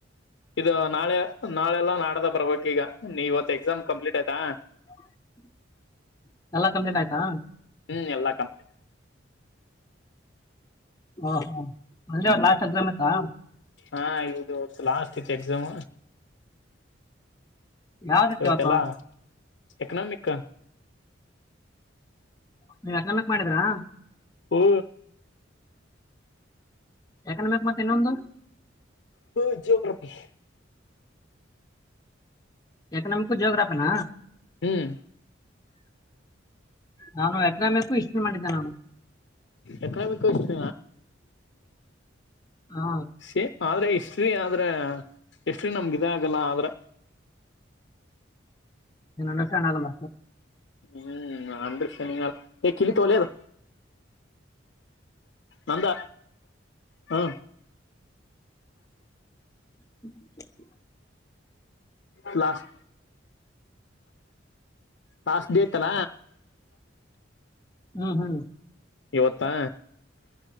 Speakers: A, on the left; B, on the left.
A: ಇದು ನಾಳೆ ನಾಳೆಲ್ಲಾ ನಾಡ್ದ ಬರ್ಬೇಕ ಈಗ ನೀವತ್ ಎಕ್ಸಾಮ್ ಕಂಪ್ಲೀಟ್ ಆಯ್ತಾ
B: <inaudible> ಎಲ್ಲಾ ಕಮ್ಮಜನ್ ಆಯ್ತಾ
A: ಹ್ಮ್ ಎಲ್ಲಾ ಕಂಪ್ಲೀಟ್
B: ಓಹೋ ಅಲ್ಲಿ ಅವ ಲಾಸ್ಟ್ ಎಕ್ಸಾಮ್ ಆತಾ
A: ಹಾ ಇದು ಇತ್ತು ಲಾಸ್ಟ್ ಇತ್ತು ಎಕ್ಸಾಮ್
B: ಯಾವತಿ
A: ಇವತ್ತೆಲ್ಲಾ
B: ಪಪ
A: ಎಕನಾಮಿಕ್
B: ನೀ ಯಾರ್ನಮ್ಮಕ್ ಮಾಡಿದ್ರಾ
A: ಹ್ಮ
B: ಯಾಕನ್ ಬ ಮತ್ತ ಇನ್ನೊಂದು
A: ಹ್ಮ ಜಿಯೋಗ್ರಾಫಿ
B: ಎಕನಾಮಿಕ್ ಜೋಗ್ರಾಫಿನ
A: ಹ್ಮ್
B: ನಾನು ಯಕನಾಮಕು ಇಷ್ಟ ಮಾಡಿದ್ದಾನು
A: ಎಕನಾಮಿಿಕಷ್ಟ
B: ಹಾ
A: ಸೇ ಆದ್ರೆ ಇಷ್ಟ್ರಿ ಆದ್ರ ಇಷ್ಟ್ರಿ ನಮ್ಗ ಆಗಲ್ಲ ಆದ್ರ
B: ನಷ ಆಗ ಬ
A: ಹ್ಮ್ ಅಂದ್ರಕ್ಷ ನಿ ಕಿಲಿ ತೋಲದು ನಂದ ಹಾ
B: ಹ
A: ಪ್ಲಸ್ ಪಸ್ ದತಲ
B: ಹ್ಮ್ ಹ್ಮ್
A: ಇವತ್ತಾ